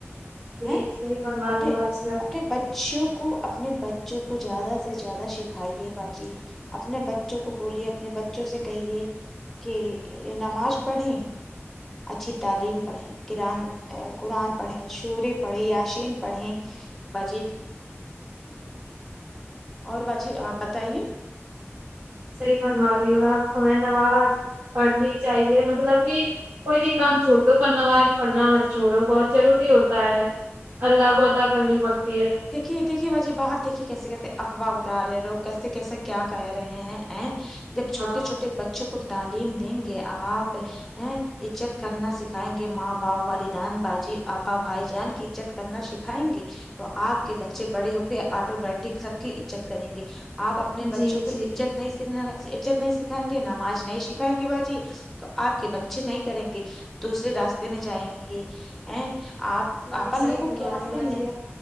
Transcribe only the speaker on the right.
جی
صحیح فرما
رہی ہو بادشاہ
صحیح فرما رہی ہو اپ ہمیں نواز پڑھنی چاہیے مطلب کی کوئی بھی کام چھوڑدو کرنا پر نماز پڑھنا مت چھوڑو بہت ضروری ہوتا ہے اللہ کو ادا کرنی پڑتی ہے
ہاں
جی
جی
جی
صحیح
فرما
رہے ہو باجی